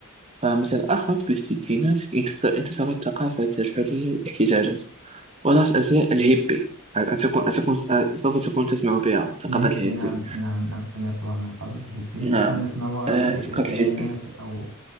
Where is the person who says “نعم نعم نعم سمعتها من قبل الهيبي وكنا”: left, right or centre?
Right